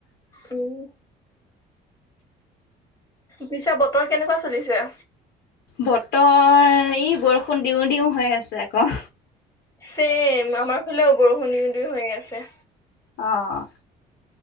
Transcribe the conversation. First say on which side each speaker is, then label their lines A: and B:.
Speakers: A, on the left; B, on the left.
A: উম, পিছে বতৰ কেনেকুৱা চলিছে।
B: বতৰ ই বৰষুণ দিওঁ-দিওঁ। হৈ আছে আকৌ।
A: ছেম আমাৰ ফালেও বৰষুণ দিওঁ- দিওঁ হৈ আছে।
B: অঁ।